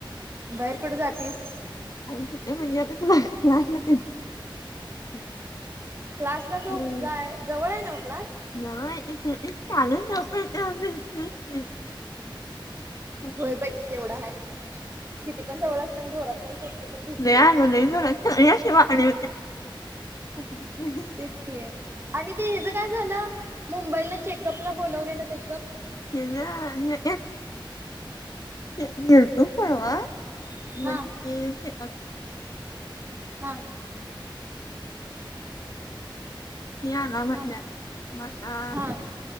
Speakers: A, on the right (about 30°); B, on the left (about 45°).
A: बाहेर कुठे जातीस.
B: बाहेर कुठे म्हणजे <unintelligible>
A: क्लासला ज
B: नाही
A: जवळ आहे ना क्लास.
B: <unintelligible> असं
A: होय बाई तेवढा आहे किती पण जवळ असल्या आणि जोरात पाऊस असलं तर भिजतयच.
B: लह म ल रा शिवाणी <unintelligible>
A: तेच क आहे आणि ते हचं काय झालं मुंबईला चेकअपला बोलवलेलं ते
B: हे ना हे गेलतो परवा <unintelligible> <unintelligible> <unintelligible>
A: हा हा
B: त आला म्हटल्या
A: हा
B: मता
A: हा